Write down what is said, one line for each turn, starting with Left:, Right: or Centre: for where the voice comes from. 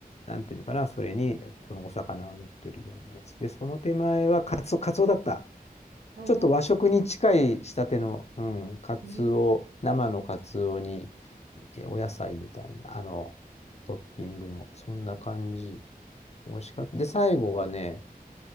Left: なんていうのかな、それにそのお魚が乗ってるようなやつ。で、その手前はカツオ、カツオだった。
Right: お、
Left: ちょっと和食に近い仕立ての、うん、カツオ、
Right: えー、
Left: 生のカツオに
Right: えー
Left: えお野菜みたいな、あの、トッピングの、そんな感じ。美味しかった。で、最後はね、